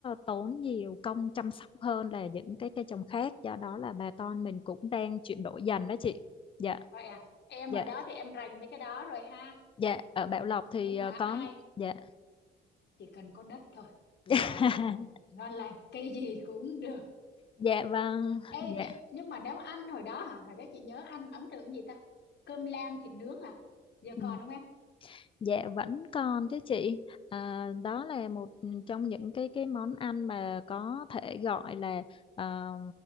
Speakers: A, on the left; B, on the left.
A: tốn nhiều công chăm sóc hơn là những cái cây trồng khác do đó là bà con mình cũng đang chuyển đổi dần đó chị dạ
B: vậy à em ở
A: Dạ,
B: đó thì em rành mấy cái đó rồi ha
A: dạ, ở Bảo Lộc thì,
B: nhưng
A: ờ,
B: mà
A: có
B: ai
A: dạ.
B: chỉ cần có đất thôi là
A: <laughs>
B: ngon lành cây gì cũng được
A: Dạ vâng,
B: ê
A: dạ,
B: chị, nhưng mà nếu ăn hồi đó hả hồi đó chị nhớ ăn ấn tượng cái gì ta cơm lam thịt nướng à giờ
A: ừm,
B: còn không em
A: dạ vẫn còn chứ chị. À, đó là một trong những cái cái món ăn mà có thể gọi là ờ,